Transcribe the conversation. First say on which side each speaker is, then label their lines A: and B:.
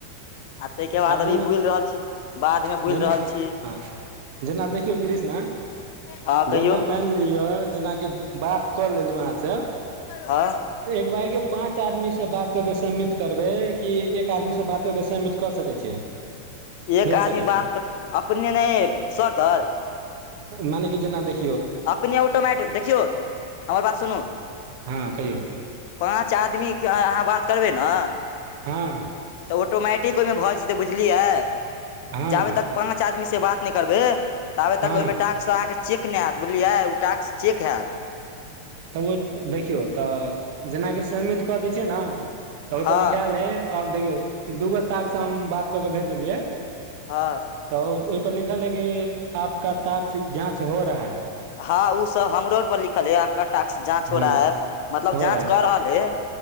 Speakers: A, on the left; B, on the right.
A: आ तहिके बाद
B: आब जेना
A: अभी बुलि रहल छी बाध मे
B: जेना
A: बुलि रहल छी।
B: हँ, जेना देखियौ कृष्णा
A: हँ कहियौ
B: जेना मानि लिअ जेनाकि बात कऽ लेलु अहाँ से,
A: आँ।
B: त एक बाइगे पाँच आदमी से बात कऽ के सम्मित करबै कि एक आदमी से बात कऽ के सम्मिट कऽ सकै छियै।
A: एक
B: भेज
A: आदमी
B: सकै
A: बात
B: छियै
A: क क अपने नै सर तर
B: मने कि जेना देखि
A: अपने ऑटोमट देखियौ हमर बात सुनू
B: हँ कहियौ
A: पाँच आदमीके अहाँ बात करबै न।
B: हाँ
A: तऽ ऑटोमेटिक ओहिमे भऽ जेत तऽ, बुझलियै
B: हँ
A: चाहबए त पांच आदमी से बात नहि करबे, त आबे
B: हँ
A: तक ओहिमे टक्स अ के चेक नहि हयत बुझलियए, ओ टैक्स चेक हयैत।
B: तब ओ देखियौ तऽ जेनाकि सबमिट कऽ दै छियै ने तऽ ओहिपर
A: हँ
B: लिखा लये आब देखियौ दूगो टास्क से हम बात क के भेज देलियै
A: हां
B: तऽ ओहिपर लिखल है कि आपका तास्क जाँच हो रहा है।
A: हाँ, ओ सब हमरो र पर लिखल है, कि आपका टास्क जाँच
B: हँ
A: हो रहा है मतलब
B: हो
A: जाँच
B: रहै
A: क रहल है।